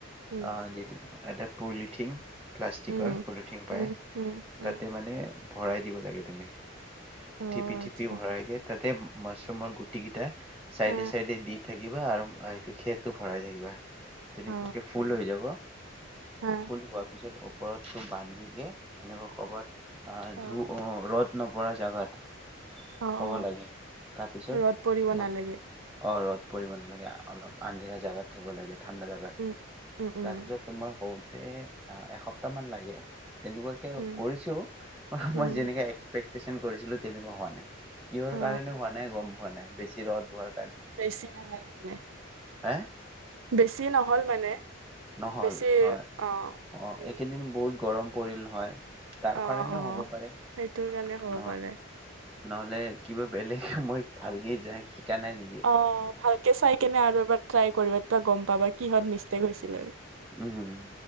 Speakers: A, on the right; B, in the centre.
A: উম
B: অ' <unintelligible> পলিথিং প্লাষ্টিকৰ
A: উম
B: পলিথিং পায়,
A: উম উম উম
B: তাতে মানে ভৰাই দিব লাগে তুমি
A: অ
B: টিপি টিপি
A: আচ্ছা
B: ভৰাইদিয়ে, তাতে মাছৰুমৰ গুটি কেইটা চাইদে
A: অ
B: চাইদে <unintelligible> আৰু এইটো খেৰটো ভৰাই থাকিবা। তেনেকুৱাকে
A: অ
B: ফুল হৈ যাব
A: অ
B: ফুল হোৱাৰ পিছত ওপৰতটো বান্ধিকে এনেকুৱা ক'বাত <unintelligible>
A: অ
B: ৰ'দ নপৰা জাগাত
A: অ
B: থব
A: অ
B: লাগে, তাৰপিছত
A: ৰ'দ পৰিব
B: মই
A: নালাগে
B: অ', ৰ'দ পৰিব নালাগে, অলপ আন্ধেৰা জেগাত থ'ব লাগে। ঠাণ্ডা জেগাত,
A: উম উম উম
B: তাৰপিছত তোমাৰ হ তে আহ, এসপ্তাহ মান লাগে। তেনেকুৱাকে
A: উম
B: কৰিছোঁ,
A: উম
B: মই যেনেকে এক্সপেক্ট <unintelligible> কৰিছিলোঁ তেনেকুৱা হোৱা নাই। কিহৰ
A: অ
B: কাৰণেনো হোৱা নাই, গম হোৱা নাই, বেছি ৰ'দ হোৱাৰ
A: বেছি নহয় <unintelligible>
B: এ
A: বেছি নহ'ল মানে।
B: নহ'ল
A: বেছি
B: হয়,
A: অ
B: অ',
A: উম
B: এইকেইদিন বহুত গৰম পৰিল নহয়। তাৰ
A: অ',
B: কাৰণেও
A: অ',
B: হ'ব পাৰে
A: সেইটোৰ কাৰণে হ'ব
B: নহয়
A: পাৰে।
B: নহ'লে কিবা বেলেগ মই ভালকে যায়। নাই নেকি
A: অ', ভালকে চাই কেনে আৰু বাৰ ট্ৰাই কৰিবা। গম পাবা কিহঁত মিষ্টেক হৈছিলে আৰু।
B: উম,